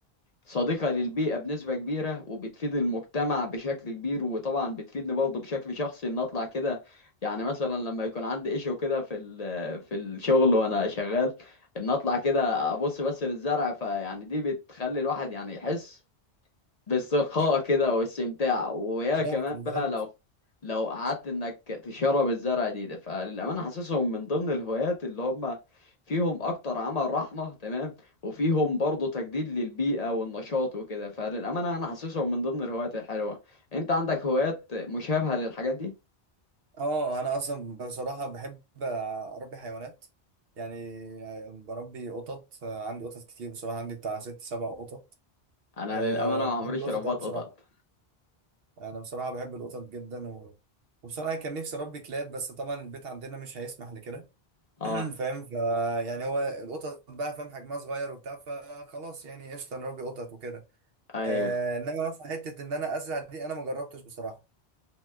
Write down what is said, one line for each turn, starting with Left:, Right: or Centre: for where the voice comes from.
Left: صديقة للبيئة بنسبة كبيرة وبتفيد المجتمع بشكل كبير وطبعا بتفيدني برضه بشكل شخصي ان اطلع كده يعني مثلا لما يكون عندي ايشو كده في ال- في الشغل وانا شغال ان اطلع كده ابص بس للزرع فيعني دي بتخلي الواحد يعني يحس بالسخاء كده واستمتاع ويا
Right: بالظبط
Left: كمان
Right: بالظبط
Left: بقى لو لو قعدت انك تشرب الزرع دي ده فللامانه حاسسهم من ضمن الهوايات اللي هم فيهم اكتر عمل رحمه تمام وفيهم برضه تجديد للبيئه والنشاط وكده فللامانه انا حاسسهم من ضمن الهوايات الحلوه انت عندك هوايات مشابهه للحاجات دي
Right: اه انا اصلا بصراحة بحب اربي حيوانات يعني بربي قطط آه، عندي قطط كتير بصراحة عندي بتاع ست سبع قطط
Left: انا
Right: أه
Left: للامانه ما عمريش
Right: بحب القطط
Left: ربطت
Right: أوي بصراحة
Left: قطط
Right: أنا بصراحة بحب القطط جدا و... وبصراحة كان نفسي أربي كلاب بس طبعا البيت عندنا مش هيسمح لكده
Left: اه
Right: <clears throat> فاهم ف يعني هو القطط بقى فاهم حجمها صغير وبتاع فخلاص يعني قشطه نربي قطط وكده
Left: ايوه
Right: آه انما مثلا حته ان انا ازرع دي انا ما جربتش بصراحه